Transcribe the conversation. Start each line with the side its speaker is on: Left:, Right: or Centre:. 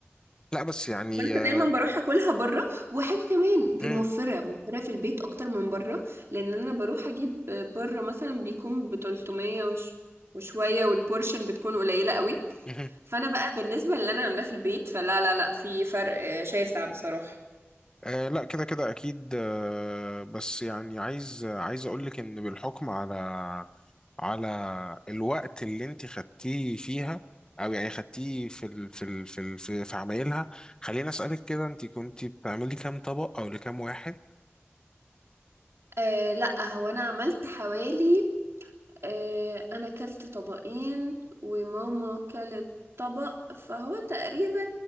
Left: لا بس يعني
Right: كنت
Left: آه،
Right: دايما بروح اكلها بره وحاجه كمان دي
Left: مم.
Right: موفره موفره في البيت اكتر من بره لان انا بروح اجيب بره مثلا بيكون ب 300 وش وشويه والبورشن بتكون قليله قوي
Left: مهم.
Right: فانا بقى بالنسبه للي انا عاملاه في البيت فلا لا لا في فرق شاسع بصراحه
Left: آه لا كده كده اكيد آه بس يعني عايز عايز اقول لك ان بالحكم على على الوقت اللي انت خدتيه فيها او يعني خدتيه في ال في ال في ال في, في عمايلها خليني اسالك كده انت كنت بتعملي كام طبق او لكام واحد
Right: أه لا هو انا عملت حوالي آه، انا كلت طبقين وماما كلت طبق فهو تقريبا